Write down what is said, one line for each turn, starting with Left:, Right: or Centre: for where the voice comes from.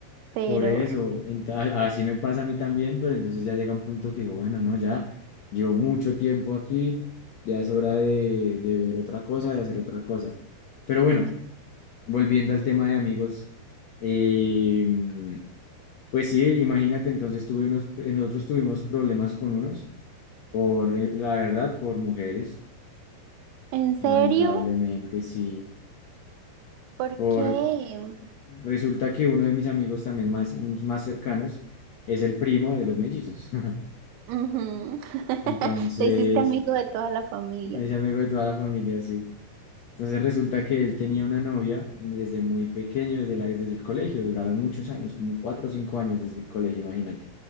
Right: Pero,
Left: por eso. Ent- a- Así me pasa a mí también, pero entonces ya llega un punto que digo, bueno, no, ya llevo mucho tiempo aquí, ya es hora de, de ver otra cosa, de hacer otra cosa. Pero bueno,
Right: mm,
Left: volviendo al tema de amigos, em, Pues sí, imagínate, entonces tuve unos, nosotros tuvimos problemas con unos, por eh, la verdad, por mujeres,
Right: ¿en serio?
Left: lamentablemente sí,
Right: ¿Por
Left: por,
Right: qué?
Left: resulta que uno de mis amigos también más, más cercanos es el primo de los mellizos, <laughs>
Right: Ujú. <laughs>
Left: entonces
Right: Te hiciste amigo de toda la familia.
Left: es amigo de toda la familia, sí. Entonces resulta que él tenía una novia desde muy pequeño, desde la, desde el colegio, duraron muchos años, como cuatro o cinco años desde el colegio, imagínate.